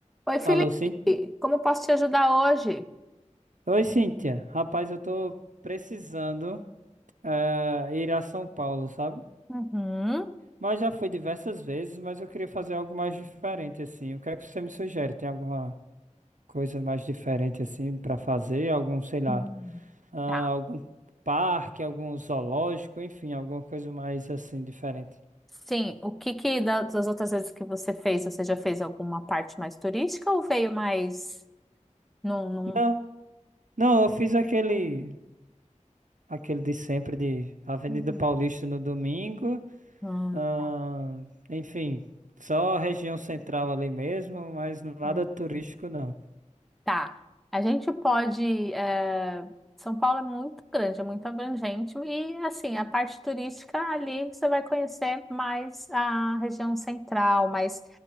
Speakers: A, in the centre; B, on the right.
A: Oi, Felipe,
B: Alô, sim?
A: como posso te ajudar hoje?
B: Oi, Cíntia. Rapaz, eu tô precisando eh, ir a São Paulo, sabe?
A: Uhum.
B: Mas já fui diversas vezes, mas eu queria fazer algo mais diferente, assim. O que é que você me sugere? Tem alguma coisa mais diferente, assim, pra fazer? Algum, sei lá,
A: Hum.
B: ah,
A: Tá.
B: algum parque, algum zoológico, enfim, alguma coisa mais, assim, diferente.
A: Sim, o que que da- das outras vezes que você fez, você já fez alguma parte mais turística ou veio mais num, num,
B: Não, não, eu fiz aquele, aquele de sempre de Avenida
A: Uhum.
B: Paulista no domingo.
A: num-
B: Ahn, enfim, só região central ali mesmo, mas nada
A: é,
B: turístico não.
A: Tá. A gente pode. eh, São Paulo é muito grande, é muito abrangente. E, assim, a parte turística ali você vai conhecer mais a região central. Mas,